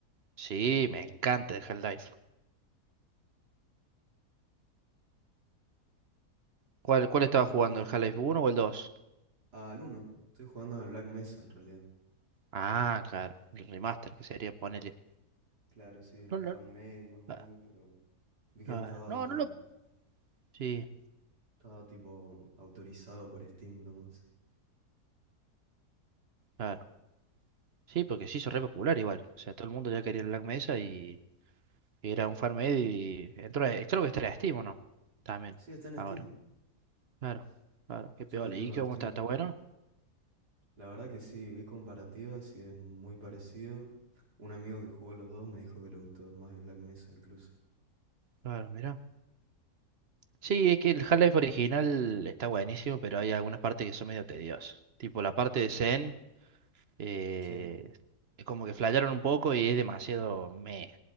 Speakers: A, on the right; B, on the right.
A: Sí, me encanta el Half-Life. ¿Cuál, cuál estaba
B: ¿Jugaste
A: jugando, el Half-Life uno o el 2?
B: al uno. Estoy jugando al Black Mesa en realidad.
A: Ah, claro, el remaster que sería ponerle.
B: Claro, sí,
A: No, no,
B: fan-made más o menos,
A: ah,
B: pero vi que
A: ah,
B: estaba,
A: no, no lo. Sí,
B: estaba tipo autorizado por Steam nomás.
A: claro. Sí, porque se hizo re popular igual. O sea, todo el mundo ya quería el Black Mesa y y era un fan made y entró, creo que está en Steam, ¿o no? También,
B: Sí, está en
A: ahora.
B: Steam,
A: Claro, claro, qué piola.
B: yo lo tengo
A: ¿Y qué
B: de
A: cómo
B: Steam.
A: está? ¿Está bueno?
B: La verdad que sí, vi comparativas y es muy parecido. Un amigo que jugó los dos me dijo que le gustó más el Black Mesa incluso.
A: Claro, mira. Sí, es que el Half-Life original está buenísimo, pero hay algunas partes que son medio tediosas. Tipo la parte de Zen, eh,
B: Sí.
A: es como que flayaron un poco y es demasiado meh,